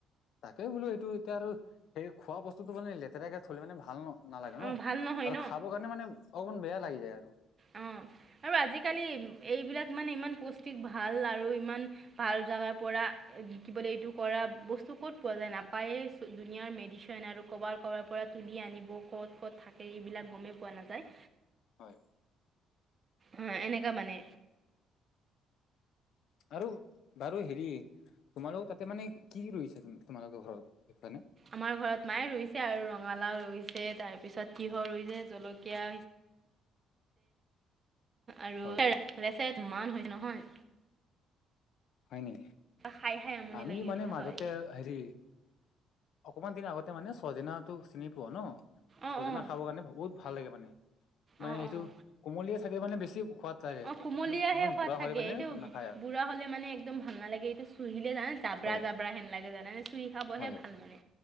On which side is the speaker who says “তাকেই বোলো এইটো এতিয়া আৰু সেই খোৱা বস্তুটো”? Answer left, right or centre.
Left